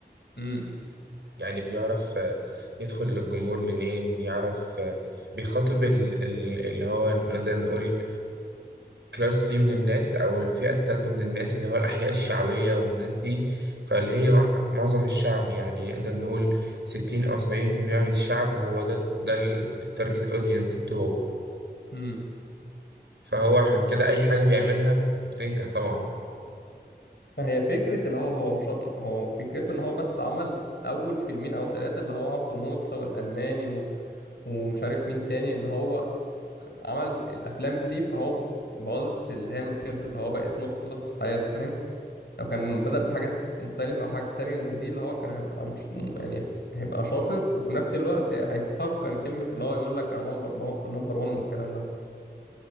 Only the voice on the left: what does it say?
امم
امم
ما هي فكرة اللي هو هو مش هو فكرته ان هو بس عمل اول فيلمين او ثلاثة اللي هو عبده موتة والالماني و... ومش عارف مين تاني اللي هو عمل الافلام دي فهو باظت اللي هي مسيرته اللي هو بقت نقطة صدف في حياته فاهم لو كان بدأ بحاجات مختلفة او حاجات تانية غير دي اللي هو كان هيبقى مش يعني هيبقى شاطر وفي نفس الوقت هيستحق كان كلمة اللي هو يقول لك انا نمبر نمبر 1 والكلام ده